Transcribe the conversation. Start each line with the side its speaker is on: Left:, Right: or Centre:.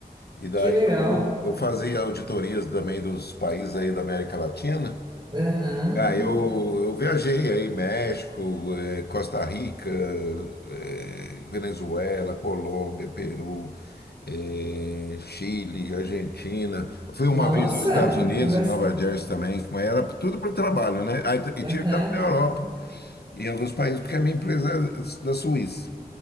Left: E daí
Right: Que legal.
Left: eu, eu fazia auditorias também dos países aí da América Latina.
Right: Aham.
Left: Ah, eu, eu viajei aí, México, eh, Costa Rica, eh, Venezuela, Colômbia, Peru, eh, Chile, Argentina. Fui
Right: Nossa,
Left: uma vez aos Estados Unidos,
Right: tem bastante.
Left: em Nova Jersey também, mas era tudo por trabalho, né? Aí E
Right: Aham.
Left: tive também na Europa, em alguns países, porque a minha empresa é da Suíça.